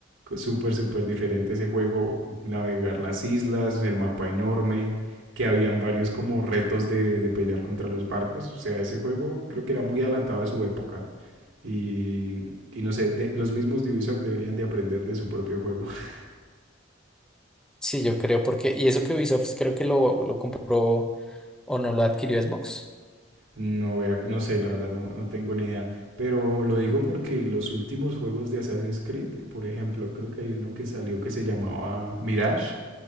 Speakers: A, on the right; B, in the centre.
A: súper, súper diferente ese juego, navegar las islas, el mapa enorme, que habían varios como retos de, de pelear contra los barcos. O sea, ese juego creo que era muy adelantado a su época. Y, y no sé, de- los mismos de Ubisoft deberían de aprender de su propio juego. <laughs>
B: Sí, yo creo, porque, y eso que Ubisoft creo que lo, lo compró o no lo adquirió Xbox.
A: No, vea, no sé, la verdad no, no tengo ni idea. Pero lo digo porque los últimos juegos de Assassin's Creed, por ejemplo, creo que hay uno que salió que se llamaba Mirage